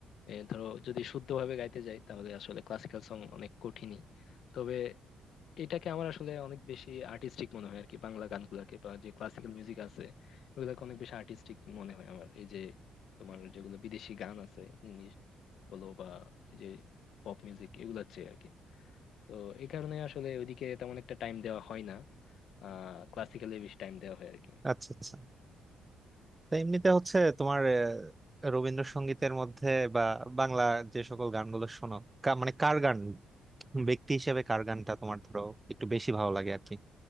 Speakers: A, on the left (about 70°); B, on the right (about 20°).
A: এ, ধরো যদি শুদ্ধভাবে গাইতে যাই তাহলে আসলে ক্লাসিক্যাল সং অনেক কঠিনই তবে এটাকে আমার আসলে অনেক বেশি আর্টিস্টিক মনে হয় আর কি বাংলা গানগুলাকে বা যে ক্লাসিক্যাল মিউজিক আছে ওগুলাকে অনেক বেশি আর্টিস্টিক মনে হয় আমার এই যে তোমার যেগুলো বিদেশি গান আছে ইংলিশ বলো বা এই যে পপ মিউজিক এগুলোর চেয়ে আর কি তো এই কারণে আসলে ওইদিকে তেমন একটা টাইম দেওয়া হয় না আহ ক্লাসিক্যালি বেশি টাইম দেওয়া হয় আর কি
B: আচ্ছা আচ্ছা তো এমনিতে হচ্ছে তোমার আহ, রবীন্দ্রসঙ্গীতের মধ্যে বা বাংলা যে সকল গানগুলো শোনো কা- মানে কার গান ব্যক্তি হিসেবে কার গানটা তোমার ধরো একটু বেশি ভালো লাগে আর কি